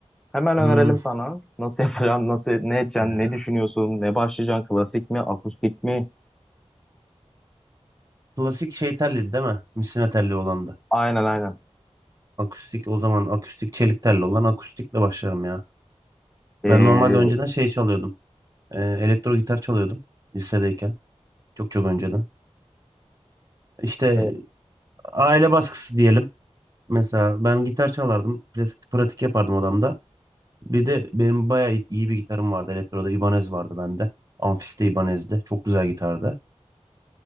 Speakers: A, in the centre; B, on the right.
A: hemen önerelim
B: Hmm.
A: sana. Nasıl <laughs> yapacaksın, nasıl ne edeceksin,
B: Ya.
A: ne düşünüyorsun, ne başlayacaksın, klasik mi, akustik mi?
B: Klasik şey telliydi değil mi? Misina telli olan da.
A: Aynen aynen.
B: Akustik o zaman akustik çelik telli olan akustikle başlarım ya.
A: Ee,
B: Ben normalde önceden şey çalıyordum. E, elektro gitar çalıyordum lisedeyken. Çok çok önceden. İşte
A: e,
B: aile baskısı diyelim. Mesela ben gitar çalardım. Klasik pratik yapardım odamda. Bir de benim bayağı iyi iyi bir gitarım vardı. Elektroda Ibanez vardı bende. Amfiste Ibanez'di. Çok güzel gitardı.